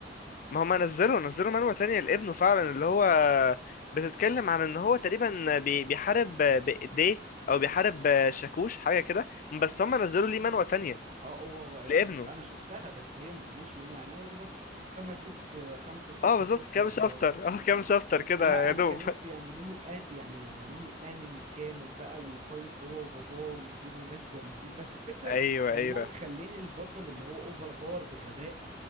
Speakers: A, on the left; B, on the right.
A: ما هم نزلوا نزلوا منوة تانية لابنه فعلا اللي هو بتتكلم عن ان هو تقريبا بي... بيحارب بإيديه او بيحارب شاكوش حاجة كده بس هم نزلوا ليه منوة تانية
B: اه هو بقى
A: لابنه
B: شفت انا شفتها بس هي مش منوة يعني هو يا دوبك خمس ست خمسة ستة
A: اه بالظبط
B: شابتر
A: كام
B: كده
A: شابتر
B: اهو.
A: اه كام شابتر كده
B: لا
A: يا
B: انا
A: دوب
B: كان نفسي يعملوا له آ- يعني يعملوا له انمي كامل بقى ويفايت هو وباباه ويجيبوا ناس جامدين بس الفكرة
A: <laughs> ايوه
B: ان
A: ايوه
B: هم مخلين البطل اللي هو اوفر باور بغباء